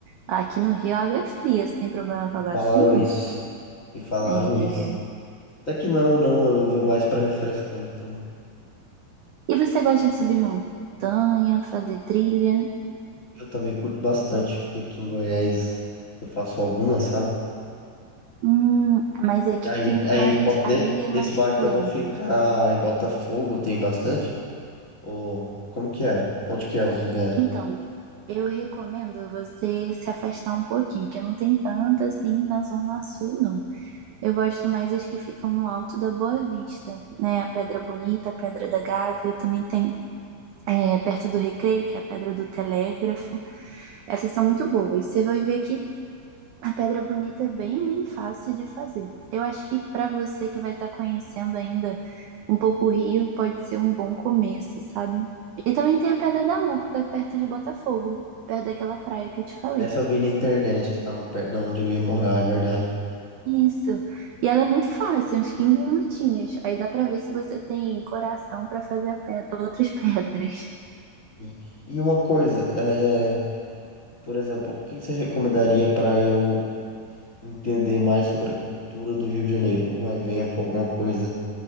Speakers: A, on the right; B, on the left.
A: Aqui no Rio a água é fria. Você tem problema
B: Me
A: com água
B: falaram
A: fria?
B: isso. Me falaram
A: É.
B: isso. Até que não, não. Eu vou mais pra refrescar, então.
A: E você gosta de subir montanha, fazer trilha?
B: Eu também curto bastante, porque aqui em Goiás eu faço algumas, sabe?
A: Hum, mas aqui
B: E aí,
A: tem
B: aí
A: mais.
B: bota-
A: Aí
B: ne-
A: é
B: nesse
A: mais
B: bar
A: plano.
B: que eu vou ficar em Botafogo, tem bastante? Ou como que é? Onde que é os lugares?
A: Então, eu recomendo você se afastar um pouquinho, porque não tem tanta assim na Zona Sul, não. Eu gosto mais as que ficam no alto da Boa Vista, né? A Pedra Bonita, a Pedra da Gávea, também tem é, perto do Recreio, que é a Pedra do Telégrafo. Essas são muito boas. Você vai ver que a pedra bonita é bem, bem fácil de fazer. Eu acho que para você que vai estar conhecendo ainda um pouco o Rio, pode ser um bom começo, sabe? E também tem a Pedra da Urca, perto de Botafogo, perto daquela praia que eu te falei.
B: Essa eu vi na internet que tava perto de onde eu ia morar, é verdade.
A: Isso. E ela é muito fácil, uns 15 minutinhos. Aí dá para ver se você tem coração para fazer a pedra, outras <laughs> pedras.
B: Sim. E uma coisa, é, por exemplo, o que que você recomendaria para eu entender mais sobre a cultura do Rio de Janeiro? Algum evento, alguma coisa